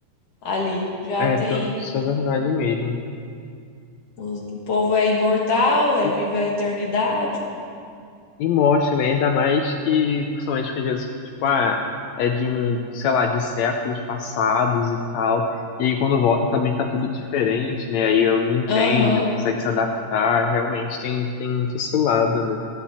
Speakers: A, on the left; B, on the left.
A: ali. Já
B: é,
A: tem,
B: pior que isso é verdade mesmo.
A: o povo é imortal,
B: E,
A: é vive a eternidade.
B: e mostra, né? Ainda mais que, principalmente que às vezes, tipo, ah, é de, um, sei lá, de séculos passados e tal. E aí quando volta também tá tudo diferente, né? Aí eu não entende,
A: Aham,
B: não consegue se adaptar. Realmente tem, tem muito esse lado, né?